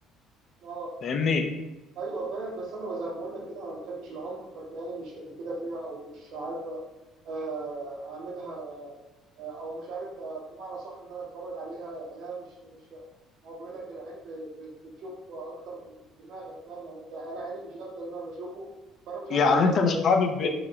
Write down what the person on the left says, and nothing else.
فاهمني
يعني
انت مش
حابب